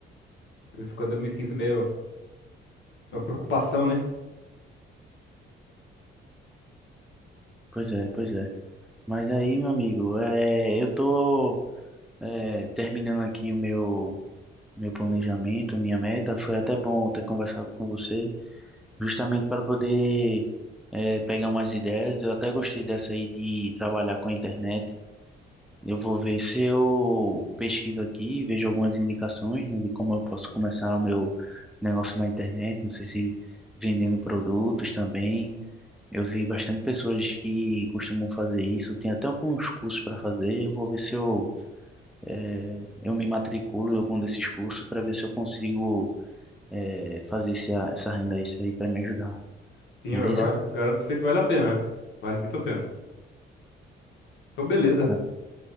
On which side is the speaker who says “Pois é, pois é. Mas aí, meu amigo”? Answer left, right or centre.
Centre